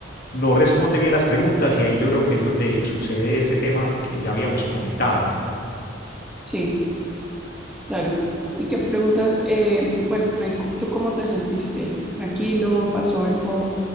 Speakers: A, on the left; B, in the centre.
A: no responde bien las preguntas y ahí yo creo que es donde sucede este tema que ya habíamos comentado.
B: Sí, claro. ¿Y qué preguntas? eh, bueno, ¿y cu- ¿tú cómo te sentiste? ¿Tranquilo? ¿Pasó algo?